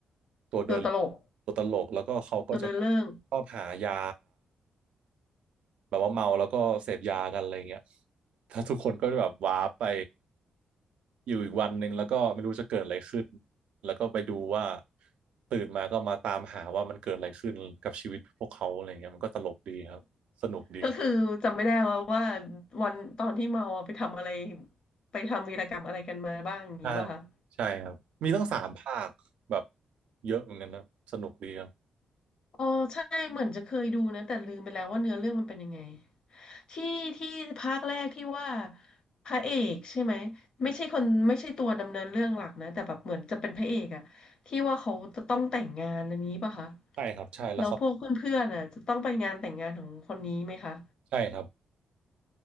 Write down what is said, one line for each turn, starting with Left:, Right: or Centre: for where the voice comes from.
Right: ตัวเดิน
Left: ตัวตลก
Right: ตัวตลกแล้วก็เขาก็จะ
Left: ตัวเดินเรื่อง
Right: ชอบหายา แบบว่าเมาแล้วก็เสพยากันอะไรเงี้ยถ้าทุกคนก็แบบว้าร์ปไปอยู่อีกวันหนึ่งแล้วก็ไม่รู้จะเกิดอะไรขึ้นแล้วก็ไปดูว่าตื่นมาก็มาตามหาว่ามันเกิดอะไรขึ้นกับชีวิตพวกเขาอะไรเงี้ยมันก็ตลกดีครับสนุกดี
Left: ก็คือจำไม่ได้ว่าว่าวันตอนที่เมาอะไปทำอะไรไปทำวีรกรรมอะไรกันมาบ้างอย่างนี้ป่ะคะ
Right: ใช่ใช่ครับมีตั้งสามภาคแบบเยอะเหมือนกันนะสนุกดีครับ
Left: อ๋อใช่เหมือนจะเคยดูนะแต่ลืมไปแล้วว่าเนื้อเรื่องมันเป็นยังไง ที่ที่ภาคแรกที่ว่าพระเอกใช่ไหมไม่ใช่คนไม่ใช่ตัวดำเนินเรื่องหลักนะแต่แบบเหมือนจะเป็นพระเอกอะที่ว่าเขาจะต้องแต่งงานอันนี้ป่ะคะ
Right: ใช่ครับใช่แล้วเขา
Left: แล้วพวกเพื่อนๆอะจะต้องไปงานแต่งงานของคนนี้ไหมคะ
Right: ใช่ครับ